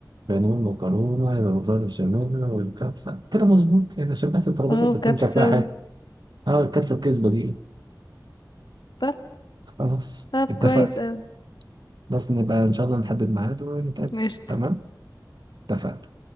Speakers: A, on the right; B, on the left.
A: بانيه المكرونه هيبقى مكرونه بشاميل والكبسه كده مظبوط يعني عشان بس الترابيزه
B: اه
A: تكون
B: وكبسة
A: شكلها حلو
B: و...
A: اه الكبسه الكذبه دي
B: طب
A: خلاص
B: طب
A: اتفقنا
B: كويس اه
A: خلاص نبقى ان شاء الله نحدد ميعاد ونتقابل
B: قشطة
A: تمام اتفقنا